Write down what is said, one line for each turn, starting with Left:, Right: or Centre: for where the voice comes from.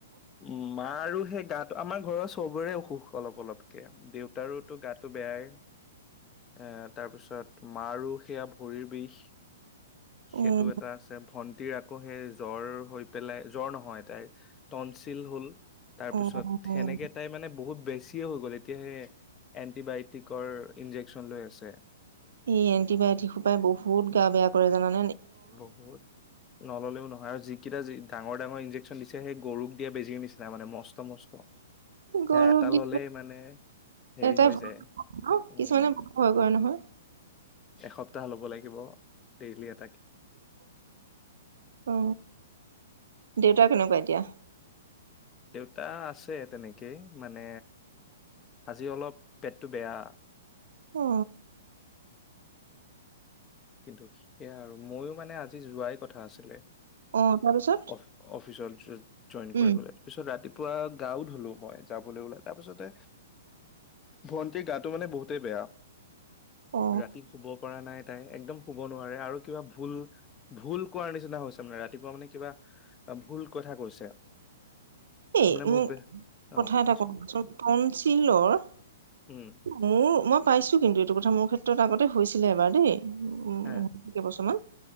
Left: উম মা। আৰু সেই গাটো আমাৰ ঘৰৰ চবৰে অসুখ। অলপ অলপকে দেউতাৰোতো গাটো বেয়াই এ। তাৰপিছত মাৰো সেয়া ভৰিৰ বিষ। সেইটো
Right: উম
Left: এটা আছে ভন্টিৰ আ। আকৌ সেই জ্বৰ হৈ পেলাই। জ্বৰ নহয় তাইৰ তটনচিল হ'ল। তাৰ
Right: অ
Left: পিছত সেনেকে
Right: অ'।
Left: তাই মানে বহুত বেছি। কিয় হৈ গ'ল এতিয়া সেই এণ্টিবায়টিকৰ। ইনজেকচন লৈ আছে
Right: এই এন্টিবায়টিক সোপাই বহুত গা বেয়া কৰে জানা।
Left: বহুত নললেও নহয় আৰু যিকেইটা যি। ডাঙৰ ডাঙৰ ইঞ্জকেচন দিছে সেই গৰুক। এয়া বেজিৰ নিচিনা মানে মস্ত মস্ত
Right: গৰুক
Left: সেয়া এটা
Right: দি
Left: ললেই মানে হেৰি
Right: এটাই
Left: হৈ
Right: ভয়
Left: যায়
Right: ন
Left: উম।
Right: কিছুমানে বহুত ভয় কৰে নহয়
Left: এসপ্তাহ ল'ব লাগিব ডেইলি এ।
Right: অ। দেউতা কেনেকুৱা এতিয়া?
Left: দেউতা আছে তেনেকেই মানে আজি অলপ পেটটো বেয়া।
Right: অ।
Left: কিন্তু সেয়া আৰু মইয়ো মানে আজি যোৱাইত কথা আছিলে।
Right: অ তাৰপিছত
Left: অ অফিচত জইন
Right: উম
Left: কৰিবলে পিছত ৰাতিপ পুৱখ গাও ধোলো মই। যাবলে উলালো তাৰ পিছতে ভন্টীৰ গাটো মানে বহুতেই বেয়া।
Right: অ
Left: ৰাতি শুব পৰা নাই তাই একদম শুব নোৱাৰে আৰু কিবা ভুল-ভুল কৰোৱাৰ নিচিনা হৈছে মানে ৰাতিপুৱা মানে কিবা ভুল কথা কৈছে।
Right: এই
Left: মানে
Right: মোক
Left: মোৰ বে অ
Right: কথা
Left: কোৱাচোন
Right: এটা কবচোন টঞ্চিলৰ
Left: উম
Right: মোৰ মই। পাইছোঁ কিন্তু এইটো কথা মোৰ ক্ষেত্ৰত আগতে হৈছিলে এবাৰ দেই। উম,
Left: হে
Right: কেই বছৰমান।